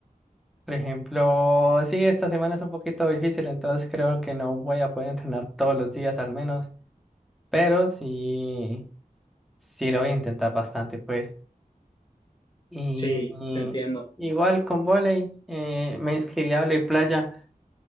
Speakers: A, in the centre; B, on the left.
A: Por ejemplo, sí, esta semana es un poquito difícil, entonces creo que no voy a poder entrenar todos los días al menos, pero sí, sí lo voy a intentar bastante, pues. Y,
B: Sí, te entiendo.
A: y igual con volei, eh, me inscribí a volei playa,